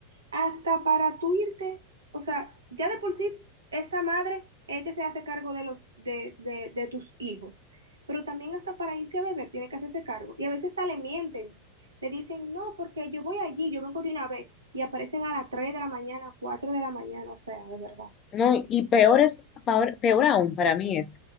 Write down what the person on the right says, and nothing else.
hasta para tú irte, o sea, ya de por sí esa madre es que se hace cargo de los de, de, de tus hijos, pero también hasta para irse a beber tiene que hacerse cargo. Y a veces hasta le mienten, le dicen, no, porque yo voy allí, yo vengo de una vez, y aparecen a las 3 de la mañana, 4 de la mañana, o sea, de verdad.